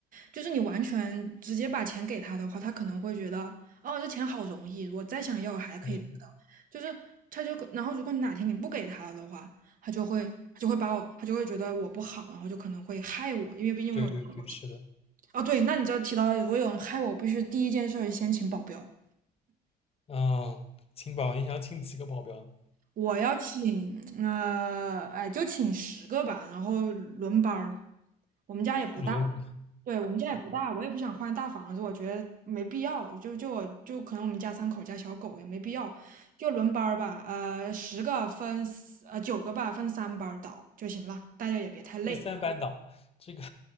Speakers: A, on the right (about 55°); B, on the left (about 35°).
A: 就是你完全直接把钱给他的话，他可能会觉得哦，这钱好容易，我再想要还可以得到。
B: 嗯，
A: 就是他就然后如果你哪天你不给他了的话，他就会他就会把我他就会觉得我不好，然后就可能会害我，因为毕竟我有这么多钱。
B: 对对对，是的，
A: 哦，对，那你这提到了如果有人害我，我必须第一件事儿先请保镖。
B: 嗯，请保你想要请几个保镖？
A: 我要请，呃，哎，就请十个吧，然后轮班儿。我们家也不大，
B: 轮
A: 对，我们家也不大，我也不想换大房子，我觉得没必要。就就我就可能我们家三口加小狗也没必要，就轮班儿吧。呃，十个分四呃九个吧，分三班儿倒就行了，大家也别太累。
B: 那三班倒，这个，